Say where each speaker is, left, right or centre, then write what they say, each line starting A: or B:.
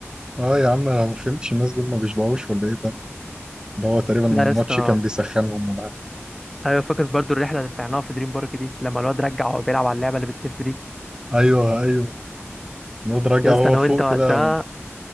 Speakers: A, on the right (about 15°); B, in the centre.
A: اه يا عم انا ما فهمتش الناس دول ما بيشبعوش ولا ايه ده ده هو تقريبا الماتش
B: لا يا اسطى
A: كان بيسخنهم ولا حاجة.
B: ايوه فاكر برضو الرحله اللي طلعناها في دريم بارك دي لما الواد رجع وهو بيلعب على اللعبه اللي بتلف دي
A: ايوه ايوه الواد راجع
B: يا اسطى
A: وهو
B: انا
A: فوق
B: وانت وقتها
A: كده